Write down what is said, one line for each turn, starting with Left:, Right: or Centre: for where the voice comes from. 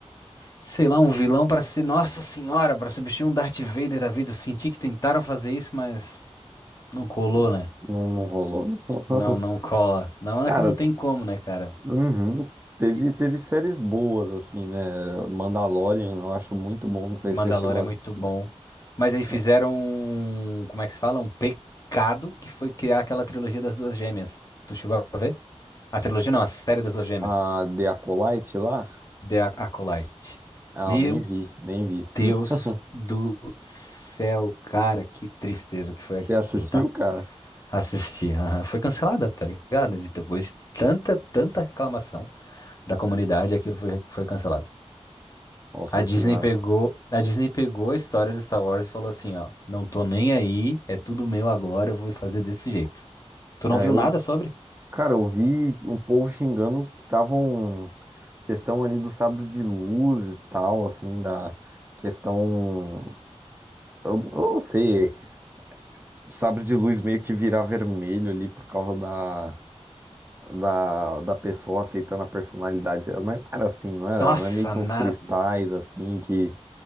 Left: Sei lá, um vilão pra ser. Nossa Senhora, pra substituir um Darth Vader da vida. Eu senti que tentaram fazer isso, mas não colou,
Right: Não,
Left: né?
Right: não rolou. <laughs>
Left: Não, não cola. Não,
Right: Cara,
Left: é que não tem
Right: t-
Left: como, né, cara?
Right: uhum. Teve,
Left: E
Right: teve séries boas, assim, né? Mandalorian, eu acho muito bom. Não sei
Left: Mandalorian
Right: se você chegou a
Left: é muito
Right: assistir.
Left: bom. Mas aí fizeram
Right: É,
Left: um, como é que se fala? Um pecado que foi criar aquela trilogia das duas gêmeas. Tu chegou a ver? A trilogia não, a série das duas gêmeas.
Right: A The Acolyte lá?
Left: The Acolyte.
Right: Ah,
Left: Meu
Right: nem vi, nem vi isso
Left: Deus
Right: aí. <laughs>
Left: do céu, cara, que tristeza que foi
Right: Você
Left: aquilo,
Right: assistiu,
Left: tá?
Right: cara?
Left: Assisti. <laughs> aham. Foi cancelada, tá ligado? De- Depois de tanta, tanta reclamação da comunidade, aquilo foi, foi cancelado.
Right: Nossa
Left: A Disney
Right: senhora.
Left: pegou, a Disney pegou a história de Star Wars e falou assim, ó, não tô nem aí, é tudo meu agora, eu vou fazer desse jeito. Tu não
Right: É,
Left: viu
Right: eu,
Left: nada sobre?
Right: cara, eu vi um povo xingando que tava um questão ali do sabre de luz e tal, assim, da questão. Eu, eu não sei, sabre de luz meio que virar vermelho ali por causa da, da, da pessoa aceitando a personalidade. dela. Mas não era assim, não era?
Left: Nossa,
Right: Não é meio que
Left: na...
Right: uns cristais assim que